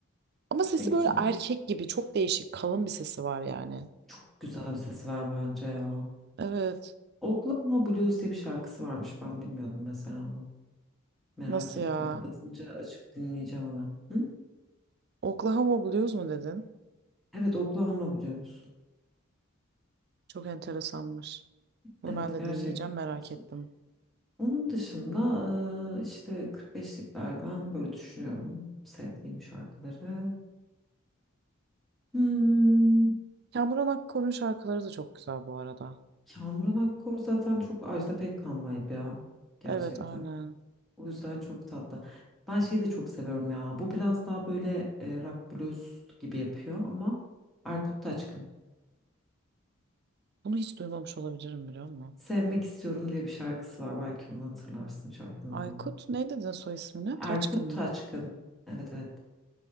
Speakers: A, on the right; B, in the centre.
A: Ama sesi
B: E güzel.
A: böyle erkek gibi çok değişik kalın bir sesi var yani.
B: Çok güzel bir sesi var bence ya.
A: Evet.
B: Oklahoma Blues diye bir şarkısı varmış. Ben bilmiyordum mesela onu. Merak
A: Nasıl
B: ettim.
A: ya?
B: Kapatınca açıp dinleyeceğim hemen. Hı?
A: Oklahoma Blues mu dedin?
B: Evet Oklahoma Blues.
A: Çok enteresanmış. Bunu
B: Evet
A: ben de
B: gerçekten
A: dinleyeceğim merak
B: değişik.
A: ettim.
B: Onun dışında e, işte 45'liklerden böyle düşünüyorum sevdiğim şarkıları. Hmm.
A: Kamuran Akkor'un şarkıları da çok güzel bu arada.
B: Kamuran Akkor zaten çok Ajda Pekkan vibe ya. Gerçekten.
A: Evet aynen.
B: O yüzden çok tatlı. Ben şeyi de çok seviyorum ya. Bu biraz daha böyle e, rock blues gibi yapıyor ama Erkut Taçkın.
A: Bunu hiç duymamış olabilirim biliyor musun?
B: Sevmek istiyorum diye bir şarkısı var. Belki onu hatırlarsın şarkının
A: Aykut
B: adını.
A: ne dedin soy ismine?
B: Erkut
A: Taçkın
B: Taçkın.
A: mı?
B: Evet evet.